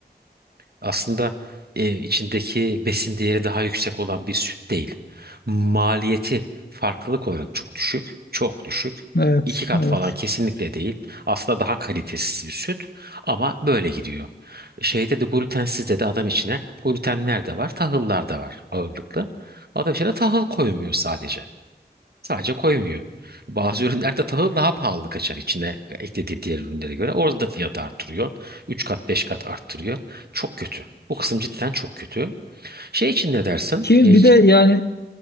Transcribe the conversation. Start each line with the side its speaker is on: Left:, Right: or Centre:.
Right: aslında e, içindeki besin değeri daha yüksek olan bir süt değil. Maliyeti farklılık olarak çok düşük, çok düşük.
Left: evet,
Right: İki kat
Left: evet.
Right: falan kesinlikle değil. Aslında daha kalitesiz bir süt ama böyle gidiyor. Şeyde de glutensizde de adam içine glutenler de var, tahıllar da var ağırlıklı. Adam içine tahıl koymuyor sadece. Sadece koymuyor. Bazı ürünlerde tahıl daha pahalı kaçar içine eklediği diğer ürünlere göre. Orada da fiyatı arttırıyor. 3 kat 5 kat arttırıyor. Çok kötü. Bu kısım cidden çok kötü. Şey için ne dersin?
Left: Ki
Right: E,
Left: bir
Right: ç-
Left: de yani